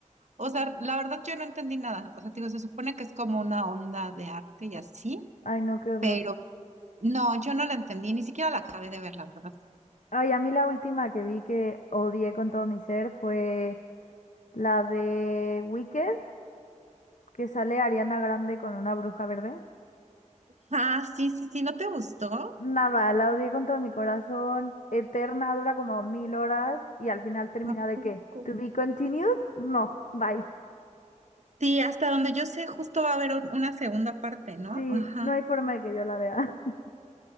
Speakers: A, on the right; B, on the left.
A: O sea, la verdad yo no entendí nada. O sea, te digo, se supone que es como una onda de arte y así,
B: Ay, no, qué horror.
A: pero no, yo no la entendí, ni siquiera la acabé de ver, la verdad.
B: Ay, a mí la última que vi que odié con todo mi ser fue la de Wicked, que sale Ariana Grande con una bruja verde.
A: Ah, sí, sí, sí, ¿no te gustó?
B: Nada, la odié con todo mi corazón. Eterna, dura como mil horas y al final termina
A: ¿A
B: de
A: poco?
B: qué? ¿To be continued? No, bye.
A: Sí, hasta donde yo sé, justo va a haber un- una segunda parte, ¿no?
B: Sí,
A: Ajá.
B: no hay forma de que yo la vea. <laughs>